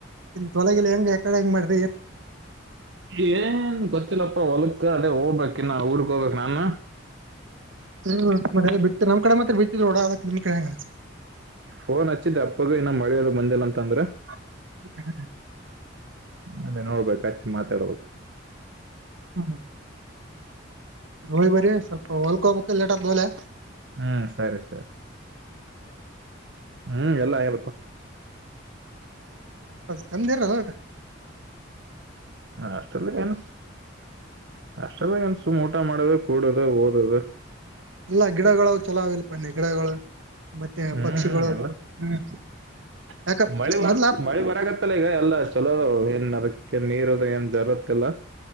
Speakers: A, on the right (about 80°); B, on the right (about 60°).
A: ತೊಲಗಿ ಹೆಂಗ ಯಕಡೆ ಹೆಂಗ ಮಾಡಿ.
B: ಏನ್ ಗೊತ್ತಿಲ್ಲಪ್ಪ ಹೊಲಕ್ಕ. ಅತ್ತೆ ಹೋಗ್ಬೇಕಕ್ ಇನ್ನ ಊರ್ಗ್ ಹೋಗಬೇಕಕ್ ನಾನ.
A: ಹ್ಮ ಬಿ ನಮ್ ಕಡೆ ಮತ್ರ ಬಿಡ ನಿಮ್ ಕಡೆಂಗ.
B: ಫೋನ್ ಹಚ್ಚಿದ್ದೆ ಅಪ್ಪಗ ಇನ್ನ ಮಳಿಯಲ್ ಬಂದಿಲ್ಲ ಅಂತ ಅಂದ್ರು.
A: ಹ್ಮ್.
B: ಅದೇ ನೋಡ್ಬೇಕು ಅಚ್ಚಿ ಮಾತಾಡ್ಬೇಕು.
A: ಹ್ಮ. ಹೋಯ್ ಬರರಿ ಸ್ವಲ್ಪ ಹೊಲ್ಕೋಬ ಲೇಟ್ ಆ ಆದ ಮಲೆ.
B: ಹ್ಮ್ ಸರಿ ಸರಿ ಹೌದು ಎಲ್ಲ ಹೌದಪ್ಪ
A: ತಮದೇರ್ ರ ಹೊಟ.
B: ಹಾಸ್ಟೆಲ್ ಹೊಲಸ್ ಚಲೋ ಅನಸ್ತದ ಊಟ ಮಾಡೋದು ಕೂಡದು ಓದದು
A: ಅಲ್ಲಾ ಗಿಡಗಳು ಚಲಾವ್ಲ್ ಪನ್ನಿ ಗಿಡಗಳು ಮತ್ತೆ
B: ಹ್ಮ್
A: ಪಕ್ಷಿಗಳು
B: ಎಲ್ಲ
A: ಹ್ಮ್ ಯಾಕ
B: ಮಳೆ ಬರ್
A: ಮೊದ್ಲ
B: ಮಳೆ ಬರಕತ್ತಲ್ಲ ಈಗ ಎಲ್ಲ ಚಲೋ ಏನ್ ಅದಕ್ಕ ಕೆಲ ನೀರದ ಏನ್ ಜರುತ್ತಿಲ್ಲ